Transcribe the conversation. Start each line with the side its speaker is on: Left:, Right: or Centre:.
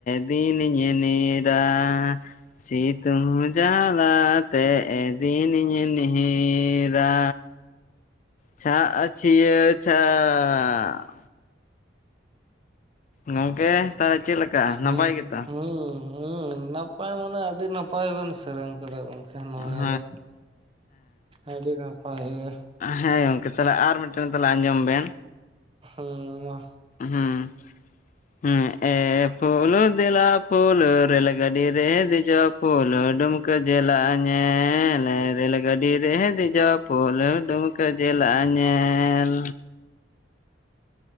Left: ᱫᱤᱱᱤᱧᱻ ᱱᱤᱻᱨᱟᱻ, ᱥᱤᱛᱩᱝᱻ ᱡᱟᱞᱟᱻ ᱛᱮᱻ ᱫᱤᱱᱤᱧᱻ ᱱᱤᱻᱨᱟᱻ᱾ ᱪᱷᱟᱜᱻ ᱪᱷᱟᱤᱭᱟᱹᱻ ᱪᱷᱟᱻᱟᱜ᱾ ᱜᱚᱝᱠᱮ ᱛᱟᱦᱚᱞᱮ ᱪᱮᱫ ᱞᱮᱠᱟ
Right: ᱦᱩᱸ
Left: ᱱᱟᱯᱟᱭ ᱜᱮ ᱛᱚ?
Right: ᱦᱩᱸ ᱦᱩᱸ, ᱱᱟᱯᱟᱭ ᱢᱟᱱᱮ ᱟᱹᱰᱤ ᱱᱟᱯᱟᱭ ᱵᱮᱱ ᱥᱮᱨᱮᱧ ᱟᱫᱚ ᱜᱚᱝᱠᱮ, ᱱᱚᱣᱟ
Left: ᱦᱮᱸ
Right: ᱫᱚ ᱟᱹᱰᱤ ᱱᱟᱯᱟᱭ ᱜᱮᱭᱟ
Left: ᱦᱮᱸ ᱜᱚᱝᱠᱮ ᱛᱟᱦᱚᱞᱮ ᱟᱨ ᱢᱤᱫᱴᱮᱱ ᱛᱟᱦᱚᱞᱮ ᱟᱸᱡᱚᱢ ᱵᱮᱱ
Right: ᱦᱩᱸ ᱢᱟ᱾
Left: ᱦᱩᱸ, ᱦᱮᱸ ᱮᱻ ᱯᱷᱚᱨᱻ ᱯᱷᱩᱞᱳᱻ ᱫᱮᱞᱟᱻ ᱯᱷᱩᱞ, ᱨᱮᱞᱻ ᱜᱟᱹᱰᱤ ᱨᱮᱻ ᱫᱮᱡᱚᱜᱻ ᱯᱷᱩᱞᱻ, ᱰᱩᱢᱠᱟᱹ ᱪᱮᱞᱟ ᱧᱮᱞᱻ, ᱨᱮᱹᱞ ᱜᱟᱹᱰᱤ ᱨᱮᱻ ᱫᱮᱡᱚᱜᱻ ᱯᱷᱩᱞᱻ ᱰᱩᱢ ᱠᱟᱹ ᱡᱮᱞᱟᱻ ᱧᱮᱞᱻ